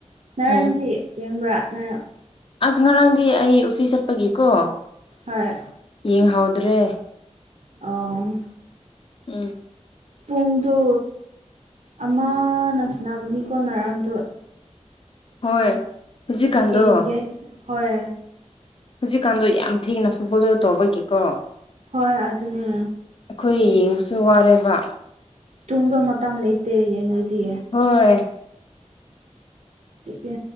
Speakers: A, on the right (about 70°); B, on the left (about 45°).
A: ꯉꯔꯥꯡꯗꯤ
B: ꯎꯝ
A: ꯌꯦꯡꯕ꯭ꯔꯥ ꯅꯪ
B: ꯑꯁ ꯉꯔꯥꯡꯗꯤ ꯑꯩ ꯑꯣꯐꯤꯁ ꯆꯠꯄꯒꯤꯀꯣ
A: ꯍꯣꯏ
B: ꯌꯦꯡꯍꯥꯎꯗ꯭ꯔꯦ
A: ꯑ
B: ꯎꯝ
A: ꯄꯨꯡꯗꯨ ꯑꯃꯅ ꯁꯥꯟꯅꯕꯅꯤꯀꯣ ꯉꯔꯥꯡꯗꯨ
B: ꯍꯣꯏ ꯍꯧꯖꯤꯛꯀꯥꯟꯗꯣ
A: ꯑꯗꯨ ꯀ ꯍ
B: ꯍꯧꯖꯤꯛꯀꯥꯟꯗꯣ ꯌꯥꯝ ꯊꯦꯡꯅ ꯐꯨꯠꯕꯣꯜꯗꯨꯗ ꯇꯧꯕꯒꯤꯀꯣ
A: ꯍꯣꯏ ꯑꯗꯨꯅꯦ
B: ꯑꯩꯈꯣꯏ ꯌꯦꯡꯕꯁꯨ ꯋꯥꯔꯦꯕ
A: ꯇꯨꯝꯕ ꯃꯇꯝ ꯂꯩꯇꯦ ꯌꯦꯡꯉꯗꯤ
B: ꯍꯣꯏ
A: ꯑꯀ